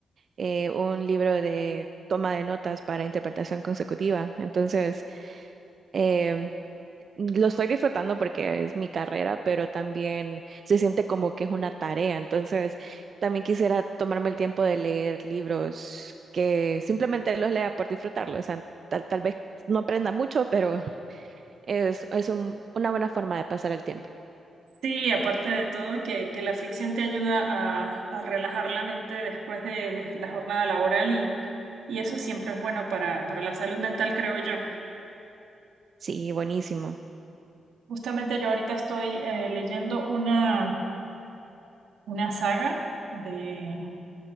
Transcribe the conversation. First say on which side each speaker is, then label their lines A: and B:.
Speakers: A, on the right (about 40°); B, on the right (about 80°).
A: eh, un libro de toma de notas para interpretación consecutiva. Entonces, Eh, lo estoy disfrutando porque es mi carrera, pero también se siente como que es una tarea. Entonces, también quisiera tomarme el tiempo de leer libros que simplemente los lea por disfrutarlos. O sea, tal, tal vez no aprenda mucho, pero <laughs> es, es un- una buena forma de pasar el tiempo.
B: Sí, aparte de todo, que, que la ficción te ayuda a, a relajar la mente después de, de la jornada laboral y, y eso siempre es bueno para, para la salud mental, creo yo.
A: Sí, buenísimo.
B: Justamente yo ahorita estoy eh, leyendo una, una saga de,